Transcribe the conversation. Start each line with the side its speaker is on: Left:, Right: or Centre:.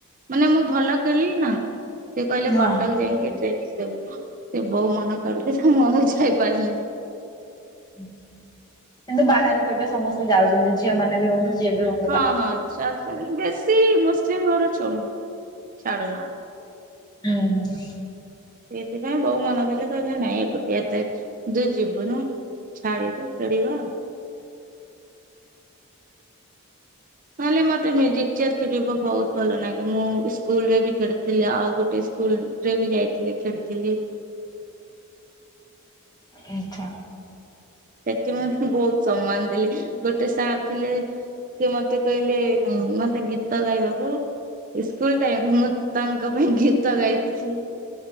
Right: ମାନେ ମୁଁ ଭଲ ଖେଳିଲି ନା। ସେ କହିଲେ
Left: ହଁ
Right: କଟକ
Left: ହଁ।
Right: ଯାଇଁକି ଟ୍ରେନିଂ ଦେବୁ। ସେ ବୋଉ ମନା କରିଦେଲା ମୁଁ ଆଉ ଯାଇପାରିଲିନି।
Left: ଆଚ୍ଛା, କିନ୍ତୁ ବାହାରକୁ ଏବେ ସମସ୍ତେ ଯାଉଛନ୍ତି, ଝିଅ ମାନେ ବି ହୁଅନ୍ତୁ ଯିଏ ବି ହୁଅ
Right: ହଁ, ହଁ ଛାଡୁଚନ୍ତି, ବେଶୀ ମୁସଲିମ ଘର <unintelligible> ଛାଡୁନାହାନ୍ତି।
Left: ଅଁ, ହଁ।
Right: ସେଇଥିପାଇଁ ବୋଉ ମନା କଲେ କହିଲେ ନାଇଁ ଏକୁଟିଆ ଏତେ ତୁ ଯିବୁନୁ। ଛାଡି ତ ପଡିିବ। ନହେଲେ ମୋତେ ମ୍ୟୁଜିକ୍ ଚେୟାର୍ ଖେଳିବା ବହୁତ ଭଲ ନାଗେ। ମୁଁ ସ୍କୁଲ୍ ରେ ବି ଖେଳିଥିଲି, ଆଉ ଗୋଟେ ସ୍କୁଲ୍ ରେ ବି ଯାଇଥିଲି ଖେଳିଥିଲି।
Left: ଆଚ୍ଛା।
Right: ସେଠି ମୁଁ ବହୁତ ସମ୍ମାନ ଦେଲି, ଗୋଟେ ସାର୍ ଥିଲେ ସିଏ ମୋତେ କହିଲେ ଉଁ, ମୋତେ ଗୀତ ଗାଇବାକୁ। ଇସ୍କୁଲ୍ ଟାଇମ୍ ମୁଁ ତାଙ୍କ ପାଇଁ ଗୀତ ଗାଇଥିଲି।